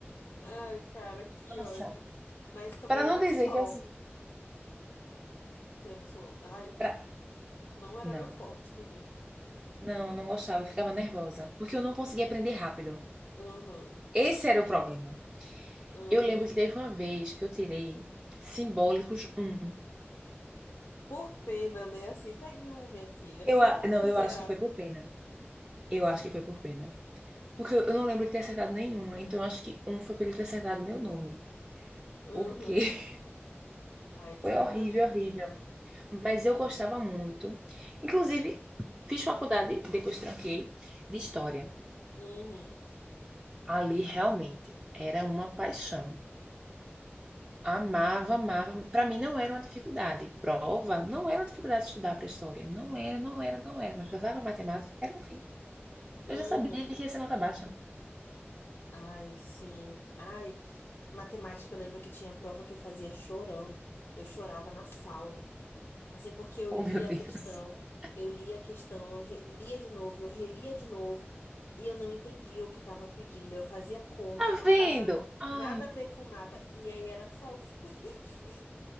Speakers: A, on the left (about 80°); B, on the right (about 20°).
A: Ai, cara, que
B: Nossa,
A: ódio. Mas também
B: para não
A: era
B: dizer
A: sol,
B: que assim,
A: que eu não sou. Ai,
B: pra-
A: não era
B: não.
A: meu forte também.
B: Não, não gostava, eu ficava nervosa, porque eu não conseguia aprender rápido.
A: Aham.
B: Esse era o problema.
A: Uhum.
B: Eu lembro que teve uma vez que eu tirei simbólicos um.
A: Por pena, né? Assim, pegue um, minha filha,
B: Eu,
A: pra você-
B: a-
A: só pra
B: não,
A: você não
B: eu
A: zerar.
B: acho que foi por pena. Eu acho que foi por pena. Porque eu eu não lembro de ter acertado nenhuma, então eu acho que um foi por ele ter acertado meu nome.
A: Uhum.
B: Porque <laughs>
A: Ai, que
B: foi horrível,
A: ódio.
B: horrível. Mas eu gostava muito. Inclusive, fiz faculdade, depois tranquei, de história.
A: Uhum.
B: Ali realmente era uma paixão. Amava, amava. Para mim não era uma dificuldade. Prova não era uma dificuldade estudar para história. Não era, não era, não era. Mas passava matemática, era o fim.
A: Uhum.
B: Eu já sabia que ia ser nota baixa.
A: Ai, sim. Ai, matemática, eu lembro que tinha prova que eu fazia chorando. Eu chorava na sala. Assim, porque eu
B: Oh,
A: lia
B: meu Deus.
A: a questão,
B: <laughs>
A: eu lia a questão, eu re- lia de novo, eu relia de novo, e eu não entendia o que estava pedindo. Eu fazia conta,
B: Tá
A: não
B: vendo?
A: dava
B: Ai,
A: nada a ver com nada, e aí era só o <laughs>